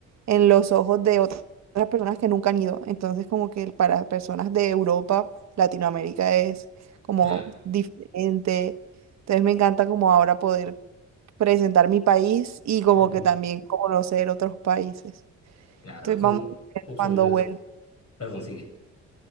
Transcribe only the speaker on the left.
claro,
Ujú.
claro,
son,
son
unas,
perdón, sigue.